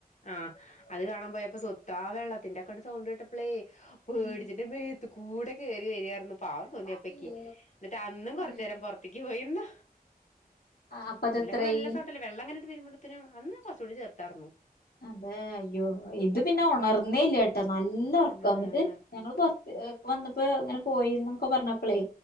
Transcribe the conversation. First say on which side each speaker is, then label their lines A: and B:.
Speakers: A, on the left (about 50°); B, on the left (about 75°).
A: ആഹ് അത് കാണാൻ പോയപ്പ സ്വത്താ ആ വെള്ളത്തിന്റെക്കെണ്ട് സൗണ്ട് കേട്ടപ്പളേ പേടിച്ചിട്ട്
B: ഉം
A: മേത്ത് കൂടെ കേറി വരിയായിരുന്നു പാവം തോന്നിയപ്പക്ക്
B: അയ്യോ
A: എന്നിട്ടന്നും കൊറച്ച്നേരം
B: അയ്യോ
A: പൊർ ത്തിക്ക് പോയിന്നു.
B: അപ്പതെത്രയായി
A: അതിലൊക്കെ നല്ല സൗണ്ടല്ലേ വെള്ളം അങ്ങനട്ട് തീരുമ്പോട്ത്തിനും അന്ന് കൊറച്ചുകൂടി ചെർതാര്ന്നു
B: അതെ അയ്യോ ഇത് പിന്നെ ഉണർന്നേല്ല ട്ടോ നല്ല ഉറക്കാ
A: ആഹ്
B: വന്നിട്ട് ഞങ്ങള് പുറത്ത് വന്നപ്പോ ഇങ്ങനെ പോയിന്നൊക്കെ പറഞ്ഞപ്പളേ